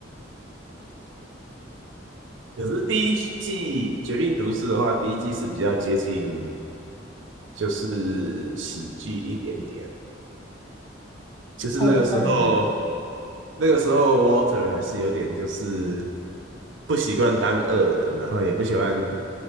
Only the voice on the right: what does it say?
可是第一季《绝命毒师》的话，第一季是比较接近就是喜剧一点点。就是那个时候，
那个时候 Walter 还是有点就是不习惯当恶人，然后也不喜欢，